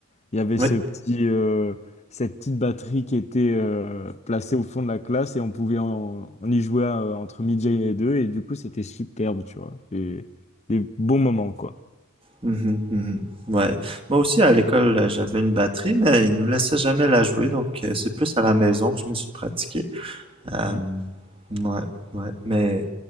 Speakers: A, on the left; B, on the right.
A: il y avait
B: Oui.
A: ce petit, euh, cette petite batterie qui était euh, placée au fond de la classe et on pouvait en- on y jouer euh, entre midi et deux et du coup c'était superbe, tu vois. Et des bons moments quoi.
B: Mhm, mhm. Ouais. Moi aussi, à l'école, euh, j'avais une batterie, mais ils nous laissaient jamais la jouer, donc euh, c'est plus à la maison que je me suis pratiqué. Euh,
A: Hmm.
B: ouais, ouais. Mais,